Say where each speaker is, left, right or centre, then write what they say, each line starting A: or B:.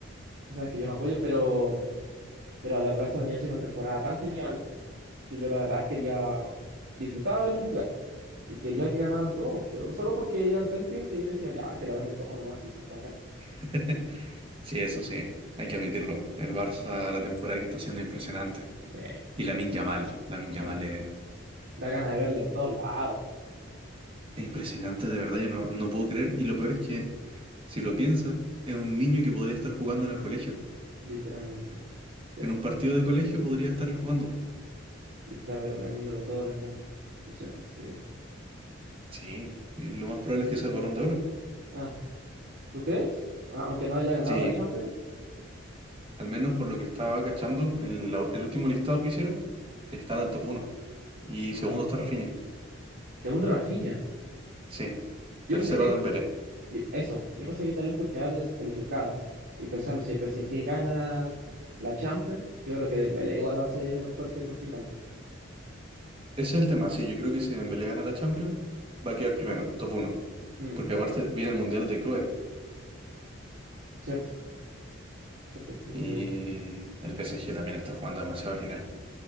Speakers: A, on the right; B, on the right.
A: Tú sabes que yo no apoyo, pero, pero la Barça venía haciendo una temporada tan genial que yo la verdad quería disfrutar verlo jugar. y quería que ganaran todos. Yo solo porque iban tan bien que yo decía, ya, que lo ganen todos nomás, si son bacanes.
B: <laughs> Sí, eso sí, hay que admitirlo. El Barça, la temporada que está haciendo es impresionante.
A: Sí,
B: Y Lamine Yamal, Lamine Yamal
A: ya, me- ya
B: es,
A: me- da ganas de verlo en todos lados,
B: es impresionante, de verdad, yo no, no puedo creer. Y lo peor es que Si lo piensas, es un niño que podría estar jugando en el colegio.
A: literalmente. Sí,
B: En un partido de colegio podría estar él jugando.
A: y está pero ganándolo todo en el mundo. Impresionante, sí.
B: Sí, y lo más probable es que sea el Balón de Oro.
A: Ah, ¿tú crees? Ah, aunque no haya ganado
B: Sí,
A: la Champions.
B: al menos por lo que estaba cachando, en la- el último listado que hicieron, está en el top uno Y
A: Ah,
B: segundo está Rafinha.
A: Según Rafinha,
B: Sí,
A: yo
B: tercero
A: pensé que
B: Dembélé.
A: yo- eso, yo pensé que tal vez porque haber calificado y pensando si el PSG gana la Champions, yo creo que Dembélé igual va a ser un fuerte contrincante.
B: Ese es el tema, sí, yo creo que si Dembélé gana la Champions, va a quedar primero, top uno,
A: Mm,
B: Porque aparte viene el Mundial de Clubes
A: cierto, cierto que era
B: y
A: una debilidad.
B: el PSG también está jugando demasiado genial.